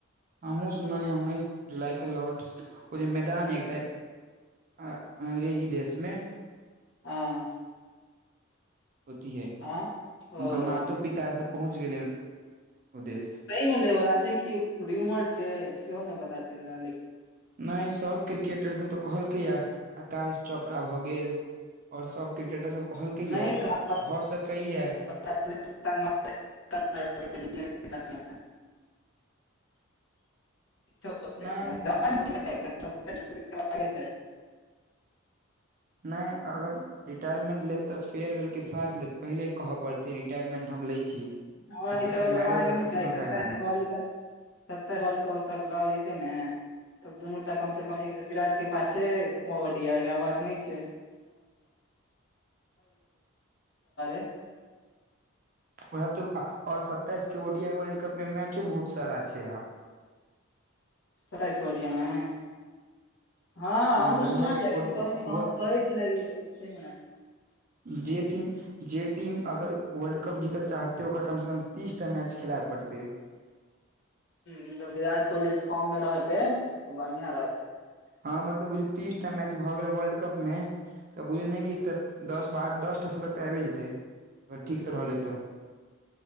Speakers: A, on the right (about 40°); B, on the left (about 60°).
A: हमहुँ सुनलियै उन्नैस जुलाई के लॉर्डस ओ जें मैदान ये एतय। आऽ अंग्रेजी देश में
B: हँ
A: ओथि हे
B: हँ ओहो
A: हुनकर मातों पितासब पहुँच गेलै ओ देश।
B: सही मे लै बला छै कि भ्युमर छै सेहो नहि पता चलि रहल अई
A: नहि सब क्रिकेटर सब तऽ कहलकै यै। आकाश चोपड़ा भऽ गेल। और सब क्रिकेटर सब कहलकै ये
B: नहि तऽ पता
A: भऽ सकै ये।
B: <inaudible> <inaudible> <unintelligible>
A: नहि ओइ- नै अगर रिटायरमेंट लेत तऽ फेयरवेल के साथ लेत पहिले कहै पड़तै रिटायरमेंट हम लैय छी।
B: हमरा
A: तऽ
B: हिसाबे
A: शतक
B: लेबाक
A: मारियो देलक
B: के नहि
A: तऽ
B: चाही
A: कोनो
B: सत्ताइसँ
A: फायदा नहि
B: वर्ल्ड कप सत्ताइस बालि वर्ल्डकप लऽ लेते नै। तब दुनूटा कम से कम विराट के पास छै, ओ ओडिया एकरा पास नहि छै <unintelligible> <inaudible>
A: ओहे त आ ओर सत्ताइस के ओडियाई वर्ल्ड कप में मैचो बहुत सारा छै आब।
B: सत्ताईस के ओडियाई मे। हँ हमहुँ
A: लगभग
B: सुनलियै
A: ओ
B: कियो
A: वो-
B: कहै छले <unintelligible>
A: जें टीम। जे टीम अगर वर्ल्ड कप जीत चाहतै ओकरा कमसँ कम तीसटा मैच खेलाय पड़तै।
B: हू विराट कोहली फॉर्म मे रहतै तऽ बढ़िया रहतेय।
A: हँ मतलब बुझियो तीस टा मैच भऽ गेलै वर्ल्ड कप मे। त बुझलिये नहि किछ तऽ दस बार दसटा सतक तऽ आइबै जेतै अगर ठीकसँ रहलै तऽ